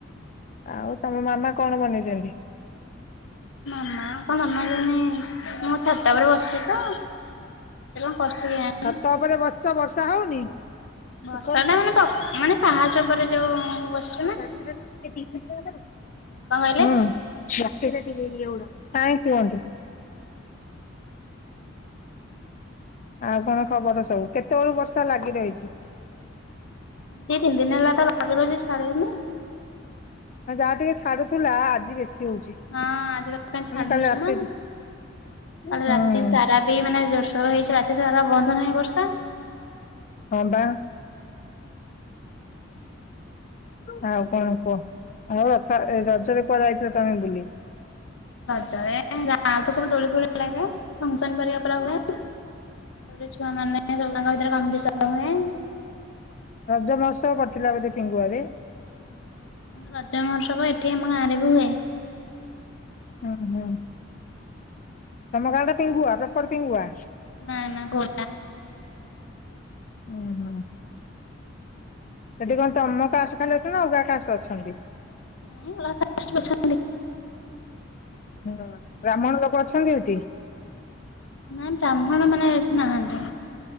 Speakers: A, on the left; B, on the left.
A: ଆଉ ତମ ମାମା କଣ ବନେଇଚନ୍ତି?
B: ମାମା କଣ ମାମା ଜନି ମୁଁ ଛାତ ଉପରେ ବସିଚି ତ। <unintelligible>
A: ଛାତ ଉପରେ ବସିଚ ବର୍ଷା ହଉନି?
B: ବର୍ଷା
A: କାଇଁ
B: ଟା ମାନେ ମାନେ ପାହାଚ ଉପରେ ଯୋଉ ବର୍ଷା
A: <unintelligible> ହୁଁ।
B: କଣ କହିଲେ
A: <unintelligible> ଆଉ କଣ ଖବର ସବୁ କେତେବେଳୁ ବର୍ଷା ଲାଗି ରହିଛି?
B: ଦିିି ତିନି ଦିନ ହେଲା ତ ଲାଗିରହିଛି ଛାଡୁନି।
A: ଯାହା ଟିକେ ଛାଡୁଥିଲା ଆଜି ବେଶୀ ହଉଛି।
B: ହଁ ଆଜି ତା <unintelligible> ଛାଡୁନି
A: ମାନେ କାଲି
B: <unintelligible>
A: ରାତିରୁ ହୁଁ
B: ରାତି ସାରା ଏ ମାନେ ଜୋସୋର ହେଇଛି ରାତି ସାରା ବନ୍ଦ ନାହିଁ ବର୍ଷା।
A: ହଁ ବା। ଆଉ କଣ କୁହ ଆଉ ରଥ ରଜରେ କୁଆଡେ ଯାଇଥିଲା ତମେ ବୁଲି?
B: ରଜରେ ଗାଁ ତ ସବୁ ଦୋଳି ଫୋଳି ଲାଗେ ଫସନ ପରିକା ପୁରା ହୁଏ। ତାପରେ ଛୁଆ ମାନେ ସବୁ ତାଙ୍କ ଭିତରେ କମ୍ପୀଡିସନ୍ ହୁଏ।
A: ରଜ ମହଉତ୍ସବ ପଡିଥିଲା ବୋଧେ ପିଙ୍ଗୁଆରେ?
B: ରଜ ମହୋତ୍ସବ ଏଠି ଆମ ଗାଁରେ ବି ହୁଏ।
A: ହୁଁ ହୁଁ। ତମଗାଁ ଟା ପିଙ୍ଗୁଆ ପ୍ରପର ପିଙ୍ଗୁଆ?
B: ନା ନା ଘ
A: ହୁଁ ହଁ। ସେଠି କଣ ତମ କାଷ୍ଟ ଖାଲି ଅଛି ନା ଅଲଗା କାଷ୍ଟ ଅଛନ୍ତି।
B: <unintelligible>
A: ହୁଁ ବ୍ରାହ୍ମଣ ଲୋକ ଅଛନ୍ତି ହେଠି?
B: ନାଇଁ ବ୍ରାହ୍ମଣ ମାନେ ବେଶୀ ନାହାନ୍ତି